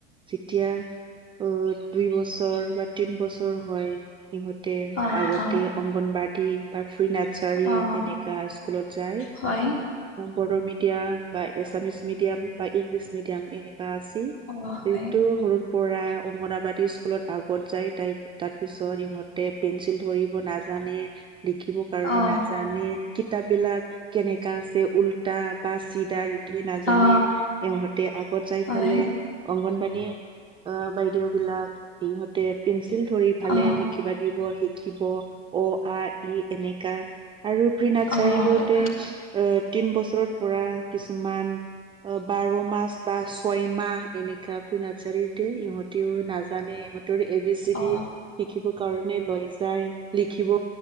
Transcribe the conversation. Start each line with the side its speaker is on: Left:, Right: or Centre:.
Right: যেতিয়া অ দুই বছৰ বা তিন বছৰ হয় ইহঁত
Left: অ
Right: আগতে
Left: অ
Right: অংগনবাদী বা ফ্ৰী নাৰ্চাৰী
Left: অ
Right: এনেকা স্কুলত যায়
Left: হয়
Right: বড়ো মিডিয়াম বা এছামিছ মিডিয়াম বা ইংলিছ মিডিয়াম এনেক আ যিহেতু
Left: অ হয়
Right: সৰুৰ পৰা অংগনাবাদী স্কুলত আগত যাই তাই তাৰ পিছত ইহঁতে পেঞ্চিল ধৰিব নাজানে লিখিব কাৰণে
Left: অ
Right: নাজানে কিতাপ বিলাক কেনেকা আছে উল্টা বা য়া ইটোৱে নাজানে
Left: অ
Right: ইহতে আগত যাই
Left: হয়
Right: পালে অংগনবাদী আ বাইদেউ বিলাক ইহঁতে পেঞ্চিল ধৰি ভালে
Left: অ
Right: লিখিবা দিব হি খিব অ আ ই এনেকা আৰু প্ৰি নাৰ্চাৰীওতে
Left: অ হয়
Right: আ তিন বছৰ পৰা কিছুমান বাৰ মাহ বা ছয় মাহ এনেকা নাৰ্চাৰী দে ইহঁতেও নাজানে ইহঁতৰ এ বি চি
Left: অ
Right: ডি শিকিবৰ কাৰণে লৈ যায় লিখিব